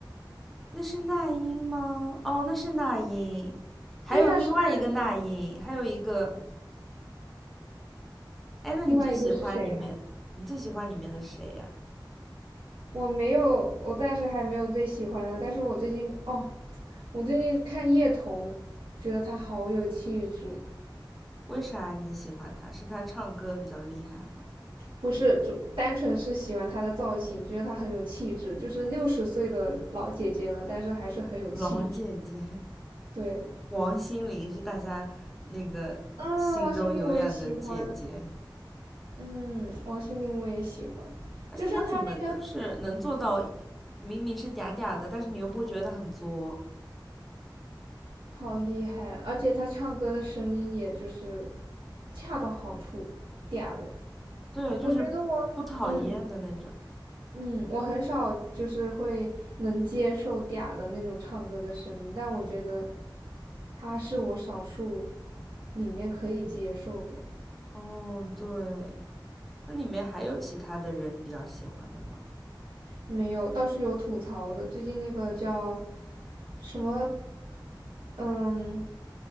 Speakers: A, in the centre; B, on the right (about 85°).
A: 那是那英吗？哦，那是那英，还有另外一个那英，
B: 对呀，是那英。
A: 还有一个，哎，那你最喜欢里面，
B: 另外一个是谁
A: 你最喜欢里面的谁呀？
B: 我没有，我暂时还没有最喜欢的，但是我最近哦，我最近看叶童，觉得她好有气质，
A: 为啥你喜欢他？是他唱歌比较厉害吗？
B: 不是就单纯是喜欢她的造型，觉得她很有气质，就是六十岁的老姐姐了，但是还是很有气质。
A: <laughs> 老姐姐，
B: 对，
A: 王心凌是大家那个心中永远的姐姐，
B: 嗯，王心凌我也喜欢，嗯，王心凌我也喜欢，
A: 而且她怎么就是能做到，
B: 就是她那个
A: 明明是嗲嗲的，但是你又不觉得她很作，
B: 好厉害，而且她唱歌的声音也就是恰到好处，嗲的，
A: 对，就是不讨厌的那种。
B: 我觉得我嗯。嗯，我很少就是会能接受嗲的那种唱歌的声音，但我觉得他是我少数里面可以接受的。
A: 哦，对，它里面还有其他的人你比较喜欢的吗？
B: 没有，倒是有吐槽的。最近那个叫什么，嗯，